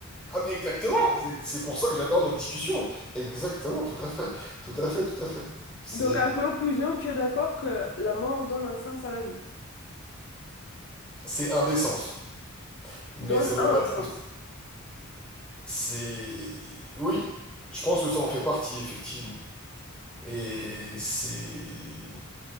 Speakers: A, in the centre; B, on the left.
A: Ah mais exactement, c'est c'est pour ça que j'adore nos discussions. Exactement, tout à fait, tout à fait, tout à fait.
B: <laughs>
A: C'est
B: Donc, en conclusion, tu es d'accord que la mort donne un sens à la vie,
A: c'est indécence, mais
B: donne
A: ça peut
B: un
A: pas
B: sens.
A: être. C'est oui, je pense que ça en fait partie effectivement. Et c'est